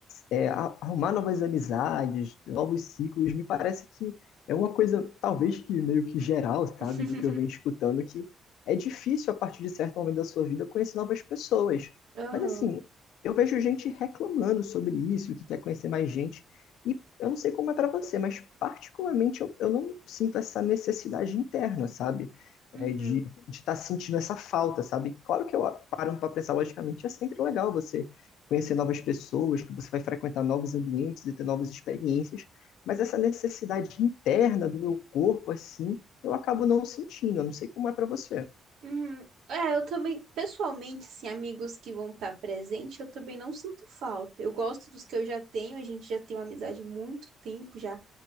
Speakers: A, on the left (about 85°); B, on the right (about 75°).
A: é, a- arrumar novas amizades, novos ciclos, me parece que é uma coisa talvez que meio que geral, sabe?
B: <laughs>
A: Do que eu venho escutando que é difícil a partir de certo momento da sua vida conhecer novas pessoas.
B: Aham.
A: Mas assim, eu vejo gente reclamando sobre isso, que quer conhecer mais gente. E eu não sei como é para você, mas particularmente eu, eu não sinto essa necessidade interna, sabe? É,
B: uhum.
A: de estar sentindo essa falta, sabe? Claro que eu parando para pensar logicamente, é sempre legal você conhecer novas pessoas, que você vai frequentar novos ambientes e ter novas experiências, mas essa necessidade interna do meu corpo, assim, eu acabo não sentindo. Eu não sei como é para você.
B: Uhum. É, eu também, pessoalmente, assim, amigos que vão estar presente, eu também não sinto falta. Eu gosto dos que eu já tenho, a gente já tem uma amizade há muito tempo, já